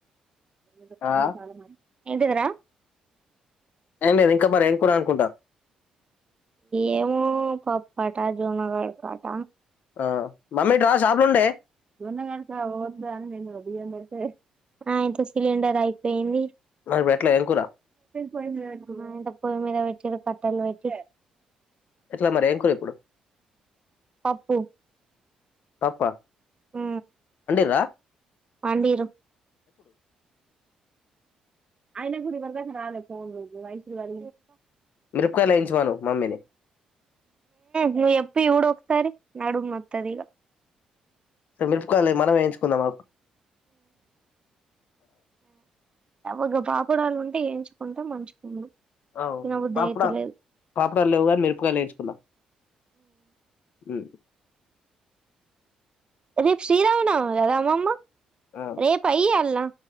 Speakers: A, on the right (about 30°); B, on the left (about 55°).
A: ఎ కామ
B: ఆ
A: కాాలమ ఎంటి తరా
B: అం మీరు ఇంకా మరి ఏం కూడా అనుకుంటారు
A: ఏమో పాప్పు కాట జూనగడ కాట
B: ఆ మమ్మీ ఇటు రా షాప్ లో ఉండే
A: దూన్నగణస ఓద్దా అని నిను ద ఏం మర్తే ఆయితే సిలిండర్ అయిపోయింది
B: మరి ఇప్పుడు ఎట్లా ఏం కూర
A: పో పో మ వె పట్టలు వయిట్
B: ఎట్లా మరి ఏంకురు ఇప్పుడు
A: పప్పు
B: పాప్ప
A: హ
B: రా
A: పాండరు ఆయన గు రాాలే పోన్ మైసరి వ
B: మిరపకాయలు వేయించమను మమ్మీని
A: నువ ఎప్పుఊడ సరే నడు మత్తదీగా
B: స మెరుపుకోవాలి మనం వేయించుకుందాం మాకు
A: ఒక పాపుడాలు ఉంటే ఎయించుకుంటా మంచుకున్నా
B: అవును
A: నాకు
B: పాపడా
A: దయత లేదు
B: పాపడాలు లేవు గాని మిరపకాయలు వేయించుకుందాం ఉమ్
A: రేపు శ్రీరావునా దదా అమ్మ్మ
B: ఆ
A: రే పయ్య అల్లా